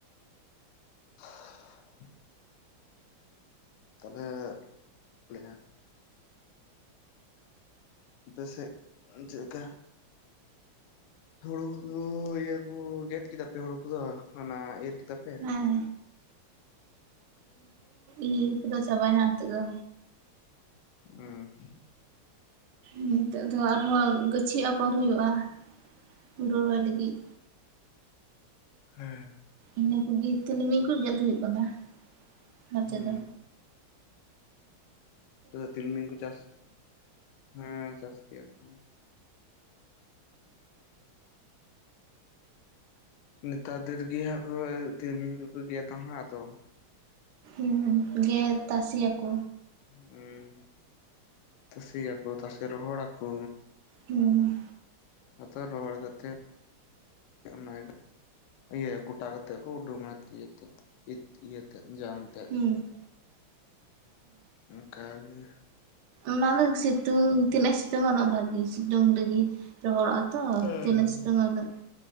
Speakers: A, on the left; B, on the right.
A: <unintelligible> ᱛᱟᱦᱚᱞᱮ <inaudible> ᱟᱯᱮ ᱥᱮᱫ ᱪᱮᱫ ᱞᱮᱠᱟ? ᱦᱩᱲᱩ ᱠᱚ ᱤᱭᱟᱹ ᱠᱚ ᱜᱮᱫ ᱠᱮᱫᱟ ᱯᱮ ᱦᱩᱲᱩ ᱠᱚᱫᱚ, ᱚᱱᱟ ᱤᱨ ᱠᱮᱫᱟ ᱯᱮ?
B: ᱦᱮᱸ ᱤᱨ ᱠᱚᱫᱚ ᱪᱟᱵᱟᱭᱱᱟ ᱱᱤᱛᱚᱜ ᱫᱚ᱾
A: <unintelligible>
B: ᱱᱤᱛᱚᱜ ᱫᱚ ᱟᱨᱦᱚᱸ ᱜᱟᱹᱪᱷᱤ ᱟᱯᱷᱚᱨ ᱦᱩᱭᱩᱜ-ᱟ, ᱦᱩᱲᱩ ᱨᱚᱦᱚᱭ ᱞᱟᱹᱜᱤᱫ᱾
A: ᱦᱮᱸ
B: ᱤᱱᱟᱹ ᱠᱚᱜᱮ ᱛᱤᱞᱢᱤᱧ ᱠᱚ ᱜᱮᱫ ᱦᱩᱭᱩᱜ ᱠᱟᱱᱟ ᱱᱚᱛᱮ
A: ᱦᱩᱸ
B: ᱫᱚ
A: ᱛᱤᱞᱢᱤᱧ ᱠᱚ ᱪᱟᱥ ᱦᱮᱸ ᱪᱟᱥ ᱜᱮᱭᱟ ᱠᱚ ᱱᱮᱛᱟᱨ ᱫᱤᱱᱨᱮᱜᱮ ᱦᱟᱸᱜ ᱠᱚ ᱛᱤᱞᱢᱤᱧ ᱠᱚᱠᱚ ᱜᱮᱛᱟ ᱦᱟᱸᱜ ᱟᱫᱚ
B: ᱩᱸ ᱩᱸ ᱜᱮᱫ
A: ᱦᱩᱸ
B: ᱛᱟᱥᱮᱭᱟᱠᱚ
A: ᱦᱩᱸ ᱛᱟᱥᱮᱭᱟᱠᱚ ᱛᱟᱥᱮ ᱨᱚᱦᱚᱲᱟᱠᱚ
B: ᱦᱮᱸ
A: ᱟᱫᱚ ᱨᱚᱦᱚᱲ ᱠᱟᱛᱮᱫ ᱚᱱᱟ ᱜᱮ ᱤᱭᱟᱹ ᱠᱩᱴᱟ ᱠᱟᱛᱮ ᱠᱚ ᱩᱸᱰᱩᱝᱟ ᱤᱭᱟᱹ ᱤᱭᱟᱹᱛᱮᱫ ᱡᱟᱝᱛᱮᱫ,
B: ᱦᱩᱸ ᱦᱮᱸ
A: ᱚᱱᱠᱟ ᱜᱮ
B: ᱚᱱᱟ ᱫᱚ ᱥᱤᱛᱩᱝ ᱛᱤᱱᱟᱹᱜ ᱥᱤᱛᱩᱝ ᱩᱱᱟᱹᱜ ᱵᱷᱟᱜᱤ ᱥᱤᱛᱩᱝ ᱨᱤᱜᱤ ᱨᱚᱦᱚᱲᱚᱜ-ᱟ ᱛᱚ
A: ᱦᱮᱸ
B: ᱛᱤᱱᱟᱹᱜ ᱥᱤᱛᱩᱝᱟ ᱩᱱᱟᱹᱜ